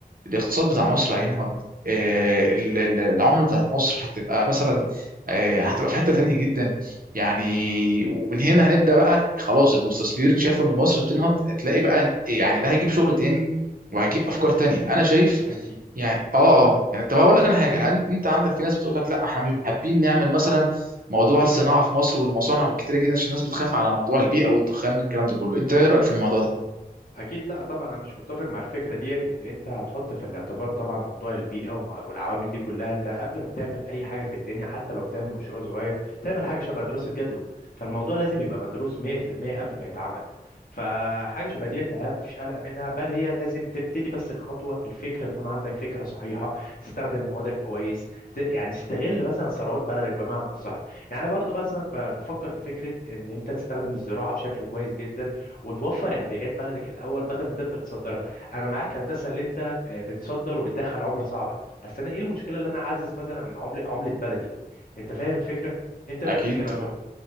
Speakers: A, on the right (about 60°); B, on the left (about 60°).
A: الاقتصاد بتاع مصر هينهض آه، ال- ال- العمله بتاعت مصر هتبقى مثلا آه، هتبقى في حتة تانية جدا يعني ومن هنا هنبدأ بقى خلاص المستثمرين شافوا ان مصر بتنهض هتلاقي بقى يعني ده هيجيب شغل تاني وهيجيب افكار تانية انا شايف
B: أكيد
A: يعني اه اه يعني طب هقول لك انا حاجة هن- انت عندك في ناس بتقول لك لا احنا مش حابين نعمل مثلا موضوع الصناعة في مصر والمصانع والكتيرة جدا عشان الناس بتخاف على موضوع البيئة والدخان والكلام ده كله انت ايه رأيك في الموضوع ده
B: اكيد لا طبعا انا مش متفق مع الفكره دي اللي انت هتحط في الاعتبار طبعا موضوع البيئه وما- والعوامل دي كلها انت قبل ما بتعمل اي حاجه في الدنيا حتى لو بتعمل مشروع صغير تعمل حاجه شبه دراسه جدوى فالموضوع لازم يبقى مدروس 100% قبل ما يتعمل فحاجه شبه ديت ملها- مفيش قلق منها بل هي لازم تبتدي بس الخطوه الفكره يكون عندك فكره صحيحه تستخدم موادك كويس ت- يعني تستغل مثلا ثروات بلدك بمعنى اصح يعني أنا برضو مثلا ب- بفكر في فكره ان انت تستخدم الزراعه بشكل كويس جدا وتوفر احتياجات بلدك الاول بدل ما تفضل تصدرها انا معاك هندسه اللي انت آه، بتصدر وبتدخل عمله صعبه بس انا ايه المشكله اللي انا اعزز مثلا من عمله عمله بلدي انت فاهم الفكره انت إيه
A: اكيد
B: رايك في الكلام
A: طبعا
B: ده